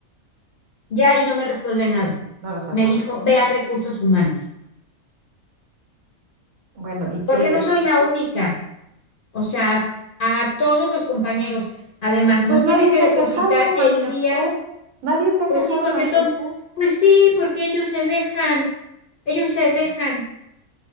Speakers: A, on the left; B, on the right.
A: ya y no me resuelve nada.
B: no resuelve
A: Me
B: nada.
A: dijo, ve a recursos humanos,
B: Bueno, y que
A: porque no soy la única. o sea, a todos los compañeros. Además,
B: pues
A: nos tienen
B: nadie
A: que
B: se
A: depositar
B: ha quejado más
A: el
B: que
A: día,
B: usted. Nadie se ha quejado
A: pues sí, porque
B: más
A: son,
B: que usted.
A: pues sí, porque ellos se dejan, ellos se dejan